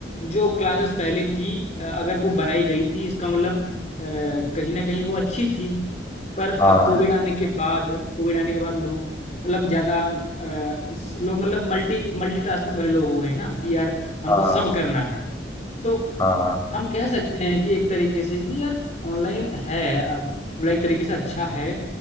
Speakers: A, on the left; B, on the left.
A: जो क्लासेस पहले थी अ, अगर वो बनाई गई थी इसका मतलब अ, कहीं ना कहीं वो अच्छी थी पर
B: हाँ
A: अब कोविड आने के बाद कोविड आने के बाद लोग मतलब ज्यादा अ, स- लोग मतलब मल्टी मल्टीटास्किंग वाले लोग हो गए हैं ना कि यार हमको
B: हाँ
A: सब करना है तो
B: हाँ हाँ
A: हम कह सकते हैं कि एक तरीके से कि यार ऑनलाइन है अब मतलब एक तरीके से अच्छा है